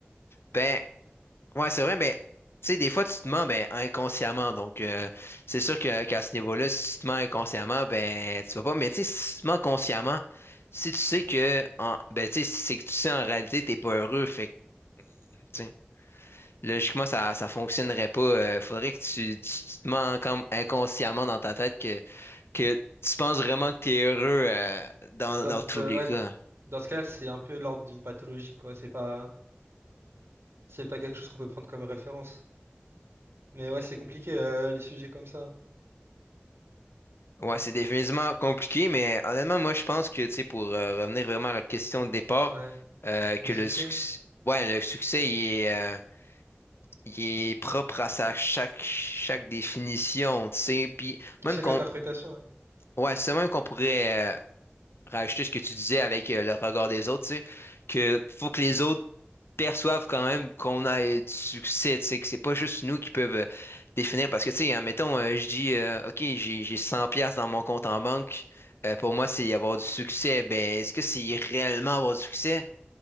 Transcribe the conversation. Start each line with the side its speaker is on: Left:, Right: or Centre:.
Left: Ben, ouais, c'est vrai, ben, tu sais, des fois, tu te mens, ben, inconsciemment. Donc, euh, c'est sûr que, qu'à ce niveau-là, si tu te mens inconsciemment, ben, tu vas pas, mais tu sais, si tu te mens consciemment, si tu sais que, en, ben, tu sais, si c'est que tu sais, en réalité, t'es pas heureux, fait que, tu sais. Logiquement, ça, ça fonctionnerait pas. Euh, faudrait que tu, tu, tu te mens comme inconsciemment dans ta tête que, que tu penses vraiment que t'es heureux euh, dans,
Right: Dans,
Left: dans
Right: de-
Left: tous les
Right: ouais,
Left: cas.
Right: dans ce cas-là, c'est un peu l'ordre d'une pathologie, quoi. C'est pas, c'est pas quelque chose qu'on peut prendre comme référence. Mais ouais, c'est compliqué, euh, les sujets comme ça.
Left: Ouais, c'est définitivement compliqué, mais honnêtement, moi, je pense que, tu sais, pour euh, revenir vraiment à la question de départ,
Right: Ouais,
Left: euh, que
Right: du
Left: le
Right: succès.
Left: succès, ouais, le succès, il est, euh, il est propre à sa chaque, chaque définition, tu sais, puis même
Right: Chaque
Left: qu'on,
Right: interprétation.
Left: ouais, c'est même qu'on pourrait euh, rajouter ce que tu disais avec euh, le regard des autres, tu sais, que faut que les autres perçoivent quand même qu'on a euh, du succès, tu sais, que c'est pas juste nous qui peuvent euh, définir. Parce que, tu sais, admettons, euh, je dis, euh, OK, j'ai, j'ai 100 pièces dans mon compte en banque, euh, pour moi, c'est avoir du succès. Ben, est-ce que c'est réellement avoir du succès?